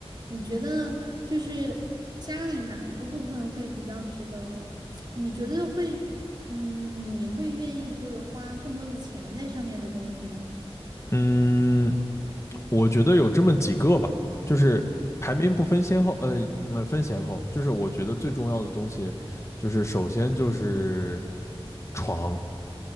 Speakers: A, on the right (about 45°); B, on the left (about 30°).
A: 你觉得就是家里哪一个部分会比较值得？你觉得会，嗯，你会愿意就是花更多的钱在上面的东西呢？
B: 嗯，我觉得有这么几个吧，就是排名不分先后，呃，嗯，分先后，就是我觉得最重要的东西，就是首先就是床，